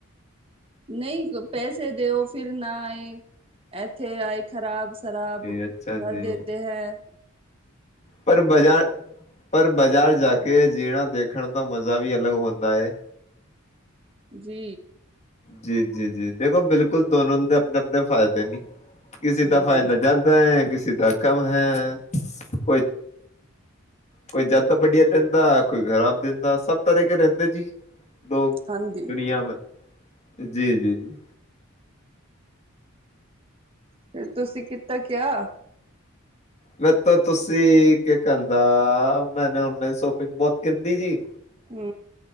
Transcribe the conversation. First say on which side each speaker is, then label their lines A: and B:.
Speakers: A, on the right (about 25°); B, on the left (about 30°).
A: ਨਹੀਂ ਪੈਸੇ ਦਿਓ, ਫਿਰ ਨਾ ਆਏ। ਇੱਥੇ ਆਏ ਖ਼ਰਾਬ ਸ਼ਰਾਬ ਭਰ
B: ਅੱਛਾ ਜੀ
A: ਦੇਤੇ ਹੈ।
B: ਪਰ ਬਜ਼ਾਰ ਪਰ ਬਾਜ਼ਾਰ ਜਾ ਕੇ ਜੀਣਾ ਦੇਖਣ ਦਾ ਮਜ਼ਾ ਵੀ ਅਲੱਗ ਹੁੰਦਾ ਐ।
A: ਜੀ।
B: ਜੀ ਜੀ ਜੀ ਦੇਖੋ ਬਿਲਕੁਲ ਦੋਨੋ ਦੇ ਆਪਣੇ ਆਪਣੇ ਫ਼ਾਇਦੇ ਨੀ ਕਿਸੇ
A: ਹਾਂਜੀ
B: ਦਾ ਫਾਇਦਾ ਜਾਂਦਾ ਐ। <unintelligible> ਹੈ ਕੋਈ ਕੋਈ ਜਦ ਵਡਿਆ ਦਿੰਦਾ ਕੋਈ ਖਰਾਬ ਦਿੰਦਾ ਸਭ ਤਰ੍ਹਾਂ ਕੇ ਰਹਿੰਦੇ ਜੀ। ਲੋਕ
A: ਹਾਂਜੀ
B: ਦੁਨੀਆਂ ਮੈਂ ਜੀ ਜੀ ਜੀ।
A: ਤੇ ਤੁਸੀਂ ਕੀਤਾ ਕਿਆ।
B: ਮੇ ਤਾਂ ਤੁਸੀਂ ਕਿ ਕਹਿੰਦਾ ਮੈਨ ਓਨਲਾਈਨ ਸ਼ੋਪਿੰਗ ਬਹੁਤ ਕਹਿੰਦੀ ਜੀ।
A: ਹੂ